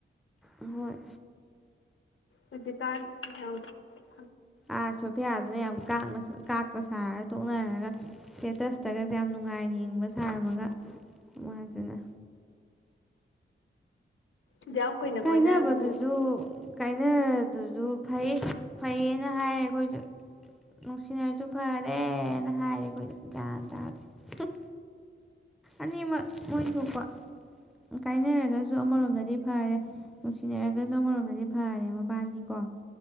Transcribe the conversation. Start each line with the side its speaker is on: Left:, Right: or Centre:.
Centre: ꯍꯣꯏ
Left: ꯍꯧꯖꯤ ꯇ ꯍ
Centre: ꯑꯥ ꯁꯣꯐꯤꯌꯥꯗꯨꯅ ꯌꯥꯝ ꯀꯥꯛꯅꯁꯨ ꯀꯥꯛꯄ ꯁꯥꯔ ꯇꯣꯛꯅꯔꯒ ꯁ꯭ꯇꯦꯇꯁꯇꯒꯁꯦ ꯌꯥꯝ ꯅꯨꯡꯉꯥꯏꯅ ꯍꯤꯡꯕ ꯁꯥꯔꯝꯃꯒ ꯑꯃꯨꯛ ꯍꯟꯖꯤꯟꯅ
Left: ꯑꯗꯨꯌꯥꯝ ꯀꯨꯏꯅ
Centre: ꯀꯥꯏꯅꯕꯗꯨꯁꯨ
Left: ꯀꯣꯏꯅꯔꯒꯕꯨ
Centre: ꯀꯥꯏꯅꯔꯗꯨꯁꯨ ꯐꯩ ꯐꯩꯌꯦꯅ ꯍꯥꯏꯔꯦ ꯑꯩꯈꯣꯏꯁꯨ ꯅꯨꯡꯁꯤꯅꯔꯁꯨ ꯐꯔꯦꯅ ꯍꯥꯏꯔꯦ ꯑꯩꯈꯣꯏꯖꯨ ꯒ꯭ꯌꯥꯟ ꯇꯥꯗ꯭ꯔꯦ ꯍꯝ ꯑꯅꯤꯃꯛ ꯃꯣꯏꯟ ꯊꯣꯛꯄ ꯀꯥꯏꯅꯔꯒꯁꯨ ꯑꯃꯔꯣꯝꯗꯗꯤ ꯐꯔꯦ ꯅꯨꯡꯁꯤꯅꯔꯒꯁꯨ ꯑꯃꯔꯣꯝꯗꯗꯤ ꯐꯔꯦ ꯃꯕꯥꯟꯅꯤꯀꯣ